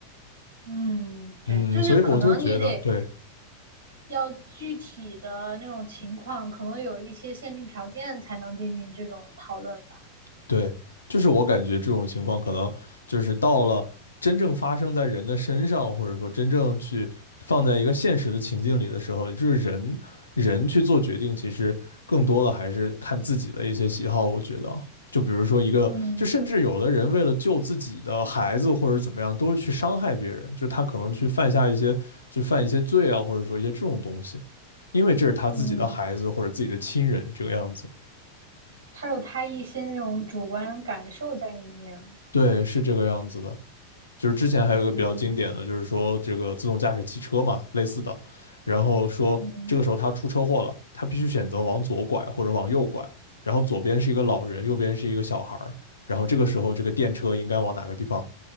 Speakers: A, on the right (about 70°); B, on the left (about 75°).
A: 嗯，对，
B: 嗯，
A: 就是可能你得
B: 所以我就觉得，对。
A: 要具体的那种情况，可能有一些限定条件才能进行这种讨论吧。
B: 对，就是我感觉这种情况可能就是到了真正发生在人的身上，或者说真正去放在一个现实的情境里的时候，就是人人去做决定，其实更多的还是看自己的一些喜好。我觉得啊就比如说一个，
A: 嗯
B: 就甚至有的人为了救自己的孩子或者怎么样，都是去伤害别人，就他可能去犯下一些就犯一些罪啊，或者说一些这种东西，因为这是他自己的孩子或者自己的亲人这个样子。
A: 嗯，他有他一些那种主观感受在里面。
B: 对，是这个样子的。就是之前还有一个比较经典的，
A: 嗯
B: 就是说这个自动驾驶汽车嘛，类似的，然后说这个时候他出车祸了，
A: 嗯。
B: 他必须选择往左拐或者往右拐，然后左边是一个老人，右边是一个小孩儿，然后这个时候这个电车应该往哪个地方